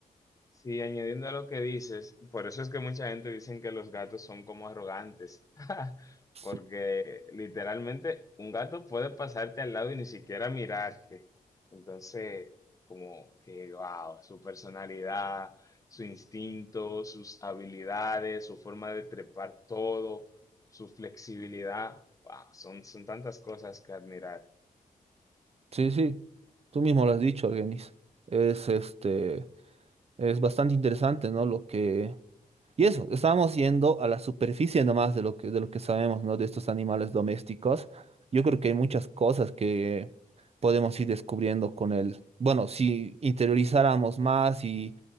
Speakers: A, on the left; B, on the right.
A: Sí, añadiendo a lo que dices, por eso es que mucha gente dicen que los gatos son como arrogantes, <laughs>
B: Sí.
A: porque literalmente un gato puede pasarte al lado y ni siquiera mirarte. Entonces, como que, wow, su personalidad, su instinto, sus habilidades, su forma de trepar todo, su flexibilidad, wow, son, son tantas cosas que admirar.
B: Sí, sí, tú mismo lo has dicho, Argenis. Es este, es bastante interesante, ¿no? Lo que. Y eso, estábamos yendo a la superficie nomás de lo que, de lo que sabemos, ¿no? De estos animales domésticos. Yo creo que hay muchas cosas que podemos ir descubriendo con el. Bueno, si interiorizáramos más y